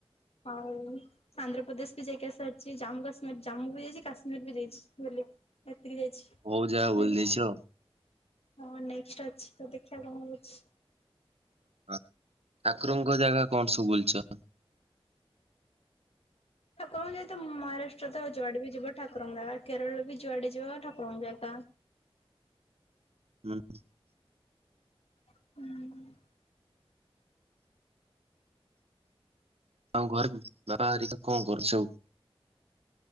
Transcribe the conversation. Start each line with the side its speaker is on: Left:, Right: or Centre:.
Left: ଆଉ ଆନ୍ଧ୍ରପ୍ରଦେଶ ବି ଯାଇକି ଆସିସାରିଚି ଜାମ୍ମୁ କାଶ୍ମୀର ଜାମୁ ବି ଯାଇଚି କାଶ୍ମୀର ବି ଯାଇଚି ବୁଲି। ଏତିକି ଯାଇଛି କଇଲି।
Right: ବହୁତ ଜାଗା ବୁଲି ଦେଇଛ ଆଉ।
Left: ହଁ ନେକ୍ସଟ ଅଛି ତ ଦେଖିବା କଣ ହଉଚି।
Right: ଓହ ଠାକୁରଙ୍କ ଜାଗା କଣ ସବୁ ବୁଲିଚ।
Left: ଠାକୁରଙ୍କ ଜାଗା ତ ମହାରାସ୍ ଷ୍ଟ୍ର ତ ଯୁଆଡେ ବି ଯିବ ଠାକୁରଙ୍କ ଜାଗା କେରଳ ବି ଯୁଆଡେ ଯିବ ଠାକୁରଙ୍କ ଜାଗା।
Right: ହୁଁ।
Left: ହୁଁ।
Right: ଆଉ ଘରେ ବାହାରିକା କଣ କରନ୍ତି ସବୁ।